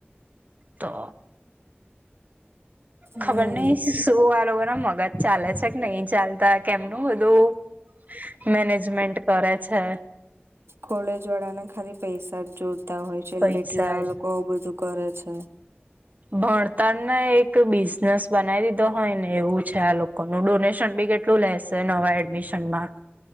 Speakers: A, on the right; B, on the right.
A: તો
B: હમ
A: ખબર નહી. શું આરો ના મગજ ચાલે છે કે નહી ચાલતા કેમનું બધું.? મેનેજમેન્ટન્ટ કરે છે.
B: કોલેજ વાળાને ખાલી પૈસા જ જોતા હોય છે
A: પૈસા
B: એટલે આ
A: જ
B: લોકો આવું બધું. કરે છે.
A: ભણતર ને એક બિઝનેસ બનાવી દીધો હોય ને એવું છે આ લોકો. નું ડોનેશન બી કેટલું લેશે નવા એડમિશન માં.